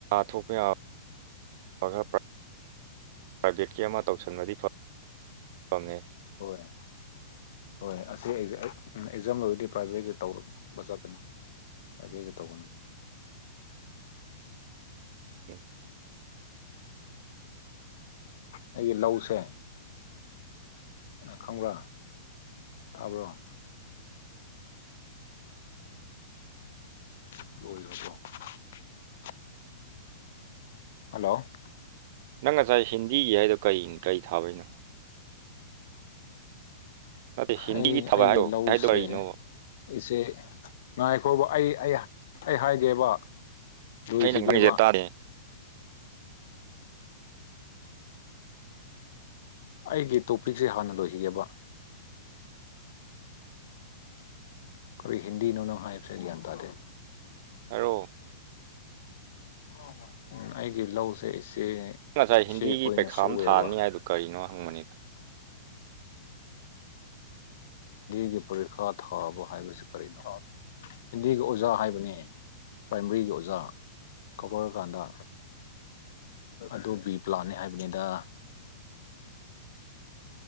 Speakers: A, on the right; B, on the left.
A: ꯊꯣꯛꯄ ꯌꯥꯕ ꯈꯔ ꯄ꯭ꯔꯥꯏꯚꯦꯠꯀꯤ ꯑꯃ ꯇꯧꯁꯤꯟꯕꯗꯤ ꯐꯝꯅꯦ
B: ꯍꯣꯏꯣꯏ ꯍꯣꯏ ꯑꯁꯤ ꯑꯦꯛꯖꯥꯝ ꯂꯣꯏꯔꯗꯤ ꯄ꯭ꯔꯥꯏꯚꯦꯠꯀꯤ ꯇꯧꯔꯅꯕ ꯆꯠꯀꯅꯤ ꯀꯕꯒ ꯇꯧꯕꯅ
A: ꯎꯝ
B: ꯑꯩꯒꯤ ꯂꯧꯁꯦ ꯈꯝꯥ ꯊꯥꯕ꯭ꯔꯣ ꯍꯒꯣ ꯍꯜꯂꯣ
A: ꯅꯪ ꯉꯁꯥꯏ ꯍꯤꯟꯗꯤꯒꯤ ꯍꯥꯏꯗꯣ ꯀ ꯀꯩ ꯊꯥꯕꯩꯅꯣ ꯅꯠꯇꯦ ꯍꯤꯟꯗꯤꯒꯤ
B: ꯑꯩ
A: ꯊꯥꯕ
B: ꯑꯩꯒꯤ
A: ꯍꯥꯏꯔꯣ
B: ꯂꯧꯁꯦ
A: ꯍꯥꯏꯗꯣ ꯀꯔꯤꯅꯣꯕ
B: ꯑꯩꯁꯦ ꯉꯥꯏꯈꯣꯕ ꯑꯩ ꯑꯩ ꯑꯩ ꯍꯥꯏꯒꯦꯕ ꯂꯣꯏꯈꯤꯒꯦꯕ
A: ꯑꯩꯅ ꯈꯪꯁꯦ ꯇꯥꯔꯦ
B: ꯑꯩꯒꯤ ꯇꯣꯄꯤꯛꯁꯦ ꯍꯥꯟꯅ ꯂꯣꯏꯈꯤꯒꯦꯕ ꯀꯈꯣꯏ ꯍꯤꯟꯗꯤꯅꯅꯪ ꯍꯥꯏꯁꯦ ꯭ꯌꯥꯟ ꯇꯗꯦ
A: ꯑꯣ
B: ꯍ ꯍ ꯎꯝ ꯑꯩꯒꯤ ꯂꯧꯁꯦ ꯏꯆꯦ
A: ꯉꯁꯥꯏ ꯍꯤꯟꯗꯤꯒꯤ
B: ꯏꯆꯦꯈꯣꯏꯅ
A: ꯄꯩꯈꯥ
B: ꯁꯨꯑꯦꯕ
A: ꯑꯃ ꯊꯥꯅꯤ ꯍꯥꯏꯗꯣ ꯀꯔꯤꯅꯣ ꯍꯪꯕꯅꯤꯗ
B: ꯒꯤ ꯄꯔꯤꯈꯥꯋꯥꯕ ꯍꯥꯏꯁꯨ ꯀꯔꯤ ꯏꯤꯟꯗꯤꯒꯤ ꯑꯣꯖꯥ ꯍꯥꯏꯕꯅꯦ ꯄ꯭ꯔꯥꯏꯃꯔꯤꯒꯤ ꯑꯣꯖꯥ ꯀꯧꯔꯀꯥꯟꯗ ꯑꯗꯨ ꯕꯤ ꯄ꯭ꯂꯥꯟꯅꯦ ꯍꯥꯏꯕꯅꯦꯗ
A: <unintelligible>